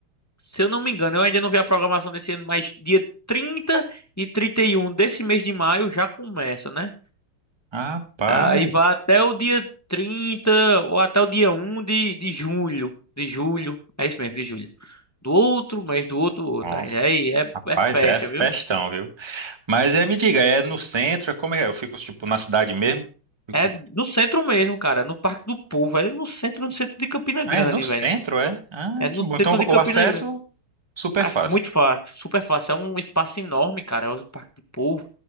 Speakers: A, on the left; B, on the right.
A: Se eu não me engano, eu ainda não vi a programação desse ano, mas dia trinta e trinta e um desse mês de maio já começa, né?
B: Rapaz,
A: Aí vai até o dia 30 ou até o dia um de, de julho. De julho. É isso mesmo, de julho. Do outro mês, do outro outro.
B: nossa,
A: Aí aí é,
B: rapaz,
A: é festa,
B: é festão,
A: viu?
B: viu? Mas é, me diga, é no centro? É Como é? é? Eu fico, tipo, na cidade mesmo? Fico...
A: É no centro mesmo, cara. No Parque do Povo. É no centro, no centro de Campina Grande,
B: Ah, é no centro,
A: velho.
B: é? Ah,
A: É no
B: que bom. Então,
A: centro de
B: o
A: Campina
B: acesso,
A: Grande.
B: super
A: É
B: fácil.
A: f- muito fácil, super fácil. É um espaço enorme, cara. É o Parque do Povo.